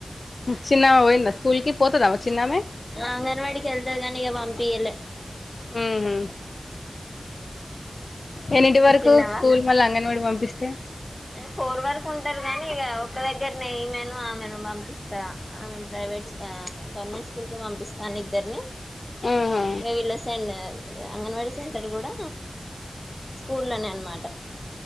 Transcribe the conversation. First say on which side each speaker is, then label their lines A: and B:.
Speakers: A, on the left; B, on the left.
A: చిన్నామే పోయిందా స్కూల్ కి పోతదా మరి చిన్నామే
B: అంగన్వాడికి వెళ్తాది కాని ఇంకా పంపియలే
A: ఉహు ఎన్నిటి వరకు
B: తిన్నవా
A: స్కూల్ మళ్ళ అంగన్వాడి పంపి పిస్తే
B: ఫోర్ వరకు ఉంటారు కాగానీ ఇక ఒక్క దగ్గరనే ఇమేను ఆమెను పంపిస్తా ఆమెను ప్రైవేట్ గవర్నమెంట్ స్కూల్ కే పంపిస్తాన ఇద్దరిని
A: ఆహా
B: ఇక వీళ్ళ సె అంగన్వాడ సెంటర్ కూడ స్కూల్ లనే అనమాట